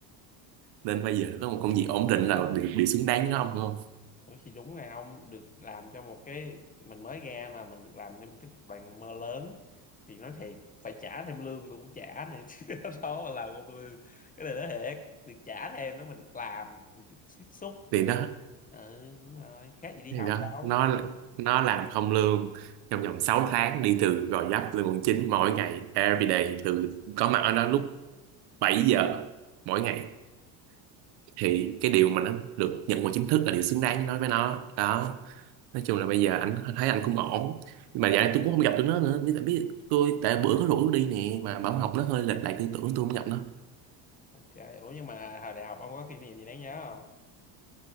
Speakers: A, on the right; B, on the left.
A: Nên bây giờ nó có một công việc ổn định là điều, điều xứng đáng với nó không không?
B: ủa thì đúng ngày ông được làm cho một cái mình mới ra mà mình được làm cho một cái tập đoàn mơ lớn thì nói thiệt phải trả thêm lương tôi cũng trả này <laughs> chứ đó mà làm không lương cái này nói thiệt được trả thêm nữa mình được làm mình được tiếp xúc
A: Thì
B: mình được
A: đó,
B: ừ đúng rồi khác gì đi
A: thì
B: học
A: đó,
B: đâu
A: nó nó làm không lương trong vòng 6 tháng đi từ Gò Vấp lên Quận 9 mỗi ngày everyday từ có mặt ở đó lúc 7 giờ mỗi ngày thì cái điều mà nó được nhận vào chính thức là điều xứng đáng với nó với nó đó nói chung là bây giờ anh thấy anh cũng ổn nhưng mà dạo này tôi cũng không gặp tụi nó nữa biết biết tôi tại bữa có rủ đi nè mà bảo học nó hơi lệch lại tư tưởng tôi không gặp nó
B: ok ủa nhưng mà hồi đại học ông có kỷ niệm gì đáng nhớ không